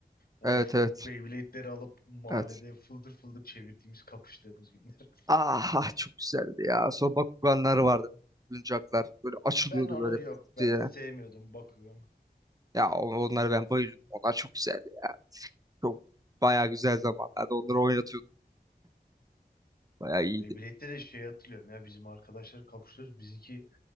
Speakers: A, on the left; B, on the right.
A: Of
B: evet evet
A: Beyblade'leri alıp mahallede
B: evet.
A: fıldır fıldır çevirdiğimiz kapıştığımız günler. <laughs>
B: Ah, ah, çok güzeldi ya. Sonra Bakuganlar vardı. Oyuncaklar böyle açılıyordu
A: Ben onu
B: böyle
A: yok ben
B: diye.
A: sevmiyordum Bakugan.
B: Ya on- onları ben bayılıyordum. Onlar çok güzeldi ya. Çok bayağı güzel zamanlarda onları oynatıyorduk. Bayağı iyiydi.
A: Beyblade'de de şey hatırlıyorum ya bizim arkadaşları kapıştırır. Bizimki